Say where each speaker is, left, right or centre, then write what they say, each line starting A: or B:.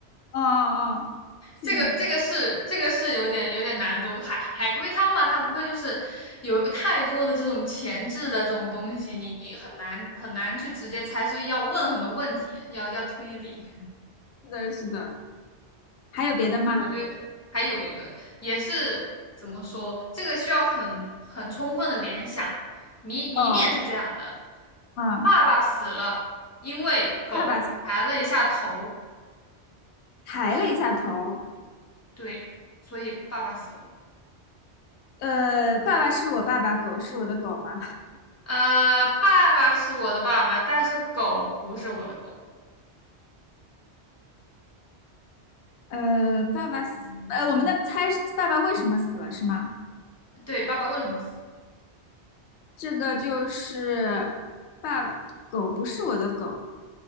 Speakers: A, on the left (about 80°); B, on the left (about 15°).
A: 哦哦，挺
B: 这个这个是这个是有点有点难度。海海龟汤嘛，它无非就是有太多的这种前置的这种东西，你你很难很难去直接猜，所以要问很多问题，要要推理。
A: 是的，是的，还有别的吗？
B: 哎，我觉得还有一个也是怎么说，这个需要很很充分的联想。谜谜面是这样的：
A: 哦，嗯，
B: 爸爸死了，因为狗抬了一下头，
A: 爸爸抬了一下头，
B: 对，所以爸爸死了。
A: 呃，爸爸是我爸爸，狗是我的狗吗？
B: 呃，爸爸是我的爸爸，但是狗不是我的狗。
A: 呃，爸爸死，
B: 嗯，
A: 呃，我们的猜是爸爸为什么死了是吗？
B: 对，爸爸为什么死？
A: 这个就是爸爸，狗不是我的狗，